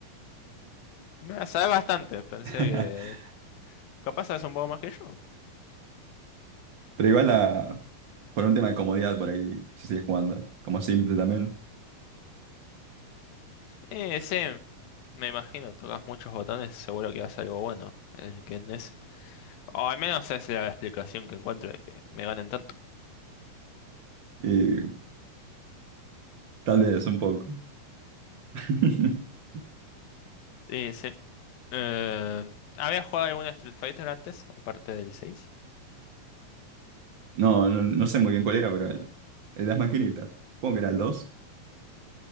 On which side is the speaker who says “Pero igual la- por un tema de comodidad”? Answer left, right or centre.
Right